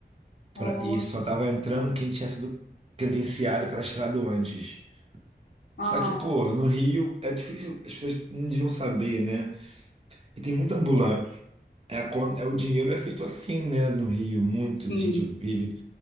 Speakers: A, on the right (about 35°); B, on the left (about 80°).
A: Pra,
B: oh,
A: e só estava entrando quem tinha sido credenciado, cadastrado antes.
B: ah,
A: Só que, pô, no Rio é difícil, as pessoas não deviam saber, né? E tem muita ambulante. É, quando- é, o dinheiro é feito assim, né? No Rio, muito
B: sim.
A: da gente vive.